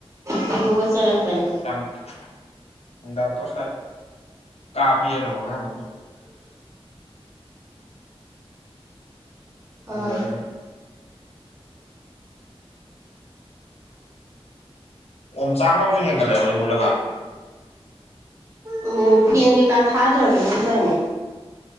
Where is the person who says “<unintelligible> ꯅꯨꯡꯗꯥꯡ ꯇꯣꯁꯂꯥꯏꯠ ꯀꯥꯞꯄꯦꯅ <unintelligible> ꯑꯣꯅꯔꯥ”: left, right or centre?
Left